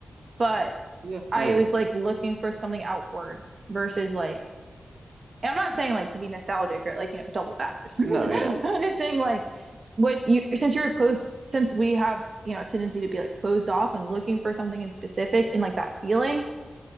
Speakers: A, on the right; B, on the right.
A: but
B: Yeah, maybe.
A: I was like looking for something outward versus like, and I'm not saying like to be nostalgic or like, you know, double back or something.
B: No,
A: <laughs>
B: yeah.
A: I'm just saying like what you, since you're closed, since we have, you know, a tendency to be like closed off and looking for something in specific and like that feeling,